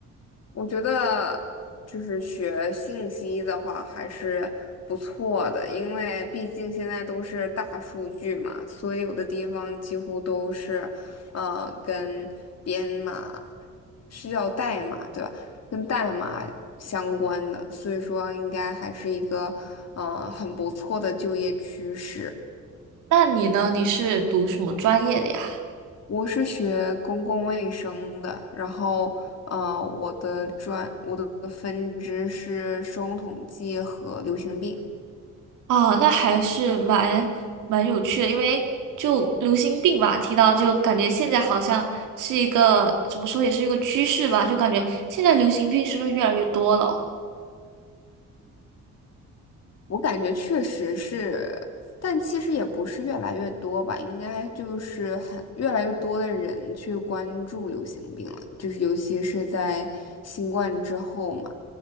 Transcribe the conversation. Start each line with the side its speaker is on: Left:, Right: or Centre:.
Left: 我觉得就是学信息的话还是不错的，因为毕竟现在都是大数据嘛，所有的地方几乎都是，呃，跟编码是叫代码对吧？跟代码相关的，所以说应该还是一个，呃，很不错的就业趋势。
Right: 那你呢？你是读什么专业的呀？
Left: 我是学公共卫生的，然后，呃，我的专我的分支是生物统计和流行病。
Right: 啊，那还是蛮蛮有趣的，因为就流行病吧，听到就感觉现在好像是一个怎么说，也是一个趋势吧，就感觉现在流行病是不是越来越多了？
Left: 我感觉确实是，但其实也不是越来越多吧，应该就是很越来越多的人去关注流行病了，就是尤其是在新冠之后嘛。